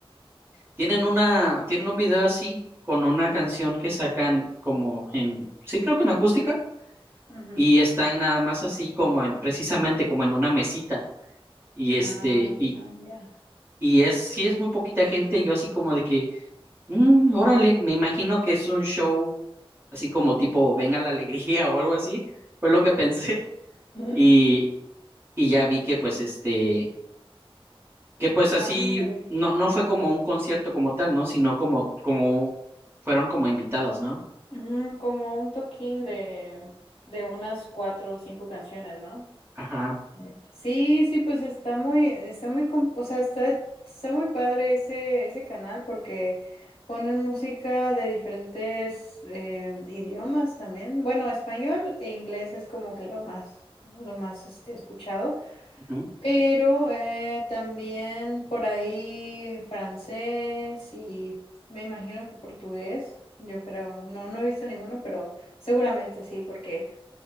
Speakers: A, on the right (about 25°); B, on the left (about 85°).
A: tienen una, tienen un video así, con una canción que sacan como en, sí creo que en acústica,
B: ujú.
A: y están nada más así como en, precisamente como en una mesita. Y este,
B: Ah,
A: y,
B: ya.
A: y es, sí es muy poquita gente, yo así como de que Mm, órale, me imagino que es un show así como tipo Venga la Alegría <laughs> o algo así, fue lo que pensé.
B: <laughs>
A: Y, y ya vi que pues este, que pues
B: No,
A: así,
B: hombre.
A: no, no fue como un concierto como tal, ¿no? Sino como, como, fueron como invitados, ¿no?
B: Ujú, como un toquín de, de unas cuatro o cinco canciones, ¿no?
A: Ajá.
B: Ok. Sí, sí, pues está muy, está muy, com- o sea, está, está muy padre ese, ese canal porque ponen música de diferentes eh, idiomas también. Bueno, español e inglés es como que lo más, lo más este, escuchado.
A: ujú.
B: Pero eh, también por ahí francés y me imagino que portugués, yo creo. No, no he visto ninguno, pero seguramente sí, porque